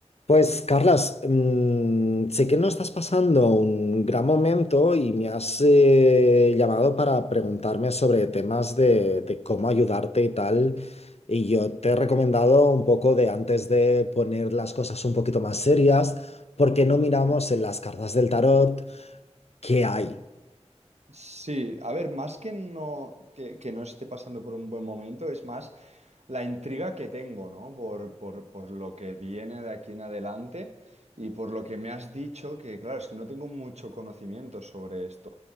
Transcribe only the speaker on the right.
Sí, a ver, más que no, que, que no esté pasando por un buen momento, es más la intriga que tengo, ¿no? Por, por, por lo que viene de aquí en adelante y por lo que me has dicho, que claro, es que no tengo mucho conocimiento sobre esto.